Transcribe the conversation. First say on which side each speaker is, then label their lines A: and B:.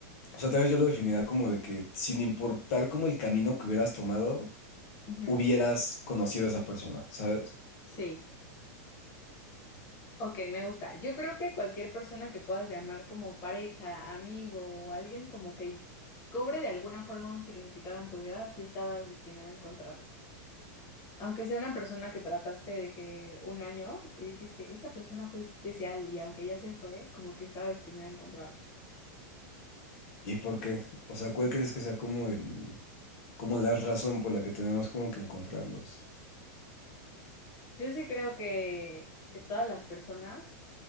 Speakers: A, on the left; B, on the left.
A: o sea, tal vez yo lo definiría como de que sin importar como el camino que hubieras tomado,
B: Ujú,
A: hubieras conocido a esa persona, ¿sabes?
B: Sí. Ok, me gusta. Yo creo que cualquier persona que puedas llamar como pareja, amigo o alguien como que cobre de alguna forma un significado en tu vida, sí estabas destinada a encontrarlo. Aunque sea una persona que trataste de que un año y dijiste, esta persona fue especial y aunque ya se fue, como que estaba destinada a encontrarla.
A: ¿Y por qué? O sea, ¿cuál crees que sea como el, como la razón por la que tenemos como que encontrarlos?
B: Yo sí creo que, que todas las personas,